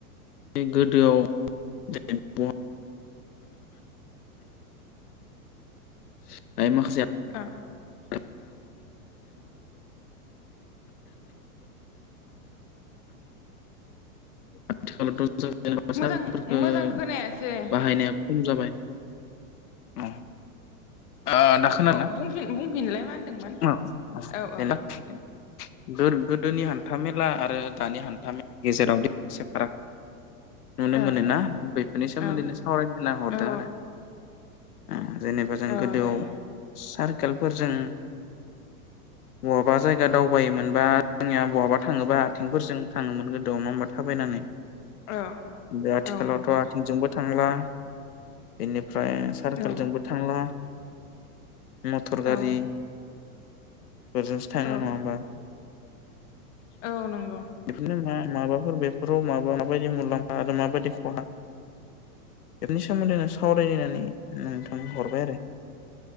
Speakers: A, on the left; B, on the left.
A: गोदोआव <unintelligible> <unintelligible> माखासे
B: <unintelligible>
A: <unintelligible> <unintelligible> आथिखालावथ' जों जेनेबा सा
B: मोजां
A: <unintelligible> फोरखो
B: मोजां
A: <unintelligible>
B: खोनायासै
A: खम जाबाय अ ओ दा खोनादोना
B: अ बुंफिन बुंफिनलाय मा होनदोंमोन
A: <unintelligible>
B: औ औ दे
A: दोर गोदोनि हान्थामेला आरो दानि हान्थामेलानि गेजेरावदि एसे फाराग नुनो
B: औ
A: मोनोना बेफोरनि सोमोन्दैनो
B: औ
A: सावरायनो होनना हरदों
B: औ
A: आरो। उम जेन जों गोदोआव
B: औ जायो
A: सारकेलफोरजों बहाबा जायगा दावबायोमोनबा जोंनिया बहाबा थाङोबा आथिंफोरजों थाङोमोन गोदोआव। नङा होमबा थाबायनानै
B: औ
A: बे आथिखालावथ'
B: औ नंगौ
A: आथिंजोंबो थांला बेनि <unintelligible> फ्राय सारकोलजोंबो
B: औ
A: थांला मथर गारि
B: औ
A: बेजोंसो थाङो
B: औ
A: नङा होमबा?
B: औ नंग <unintelligible>
A: बेफोरनो मा माबाफोर बेफोराव माबा माबायदि मुलाम्फा आरो माबायदि खहा बेफोरनि सोमोन्दै सावरायलायनानै नोंथां हरबाय आरो